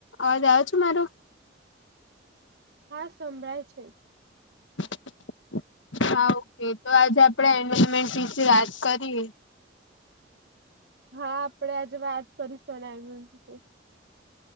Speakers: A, on the left; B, on the right.
A: અવાજ આવે છે મારો.
B: હા સંભળાય છે.
A: <inaudible> હા ઓકે તો આજે આપડે એનમેન્ટ વિશે વાત કરીએ.
B: હા આપડે આજે વાત કરીશુ એના વીશે.